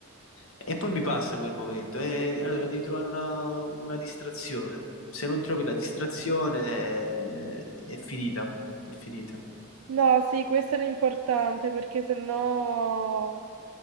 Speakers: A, on the left (about 70°); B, on the right (about 80°).
A: e poi mi passa quel momento. E allora devi trovare una, una distrazione. Se non trovi la distrazione, eh, è finita, è finita.
B: no, sì, questo era importante perché sennò